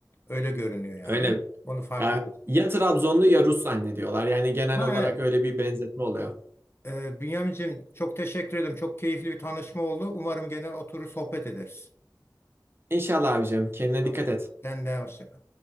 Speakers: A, on the left; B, on the right.
A: Öyle görünüyor yani,
B: Öyle
A: değil mi? Onu farkındasın.
B: Yani ya Trabzonlu ya Rus zannediyorlar. Yani genel
A: Ha
B: olarak
A: evet.
B: öyle bir benzetme oluyor.
A: Ee, Bünyamin'cim çok teşekkür ederim. Çok keyifli bir tanışma oldu. Umarım gene oturur sohbet ederiz.
B: İnşallah abicim kendine
A: Tamam.
B: dikkat et.
A: Sen de hoşça kal.